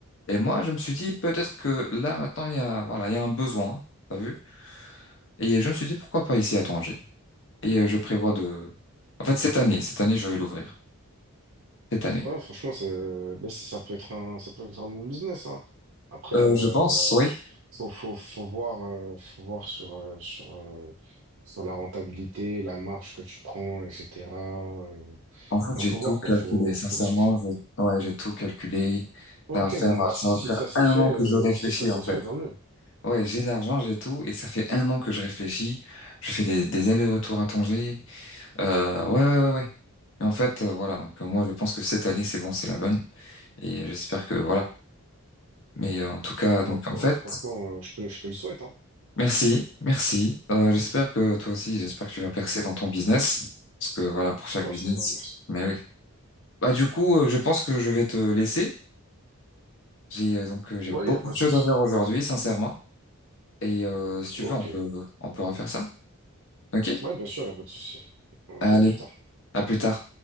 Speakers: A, on the left; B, on the right.
A: Et moi, je me suis dit, peut-être que là, maintenant, il y a, voilà, il y a un besoin, t'as vu? Et je me suis dit, pourquoi pas ici à Tanger? Et euh, je prévois de... En fait, cette année, cette année, je vais l'ouvrir. Cette année.
B: Ouais, non, franchement, ça, mais ça, ça peut être un, ça peut être un bon business, hein. Après,
A: Euh,
B: euh,
A: je pense, oui.
B: faut, faut, faut voir, euh, faut voir sur, euh, sur, euh, sur la rentabilité, la marge que tu prends, etc. Euh,
A: En fait,
B: non,
A: j'ai
B: faut
A: tout
B: voir, quoi.
A: calculé,
B: Faut,
A: sincèrement.
B: faut que tu, faut...
A: j'ai- Ouais, j'ai tout calculé.
B: Ok,
A: Ça va faire,
B: bon, bah,
A: euh,
B: si,
A: ça
B: si
A: va faire
B: ça s'est
A: un
B: fait,
A: an
B: euh,
A: que je réfléchis,
B: si ça s'est
A: en fait.
B: fait, tant mieux.
A: Ouais, j'ai l'argent, j'ai tout, et ça fait un an que je réfléchis. Je fais des, des allers-retours à Tanger. Euh, ouais, ouais, ouais, ouais. Mais en fait, euh, voilà, donc euh, moi je pense que cette année c'est bon, c'est la bonne. Et euh, j'espère que voilà. Mais euh, en tout cas,
B: Bon,
A: donc
B: faut-
A: en fait,
B: franchement, euh, je te, le- je te le souhaite, hein.
A: merci, merci. Euh, j'espère que toi aussi, j'espère que tu vas percer dans ton business. Parce que voilà, pour chaque
B: Ouais,
A: business.
B: ça va, merci.
A: Mais oui. Bah du coup, euh, je pense que je vais te laisser. J'ai euh, donc euh, j'ai
B: Ouais,
A: beaucoup
B: y a pas
A: de
B: de
A: choses
B: souci.
A: à faire aujourd'hui, sincèrement. Et euh, si tu
B: Ok.
A: veux, on peut on peut refaire ça. Ok?
B: Ouais, bien sûr, il n'y a pas de souci. Ok,
A: Allez,
B: à plus tard.
A: à plus tard.